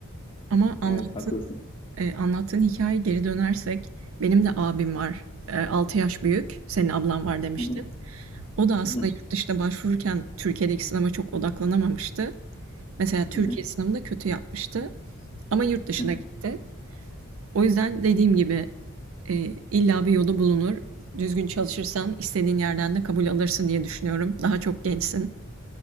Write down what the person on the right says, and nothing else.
Ama anlat
e, anlattığın hikaye geri dönersek benim de abim var. Ee, altı yaş büyük. Senin ablan var demiştin.
O da aslında
yurt dışına başvururken Türkiye'deki sınava çok odaklanamamıştı. Mesela Türkiye
sınavında kötü yapmıştı ama yurt dışına
gitti. O yüzden dediğim gibi e, illa bir yolu bulunur. Düzgün çalışırsan istediğin yerden de kabul alırsın diye düşünüyorum. Daha çok gençsin.